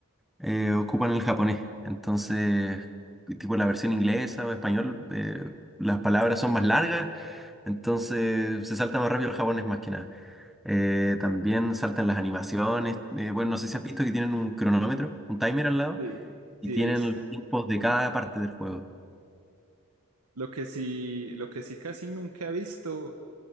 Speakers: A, in the centre; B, on the right.
A: eh, ocupan el japonés. Entonces, tipo la versión inglesa o español, eh, las palabras son más largas, entonces se salta más rápido el japonés más que nada. Eh, también saltan las animaciones. eh, bueno, no sé si has visto que tienen un cronómetro, un timer al lado,
B: Sí. Sí,
A: y tienen
B: he visto.
A: los tiempos de cada parte del juego.
B: Lo que sí, lo que sí casi nunca he visto,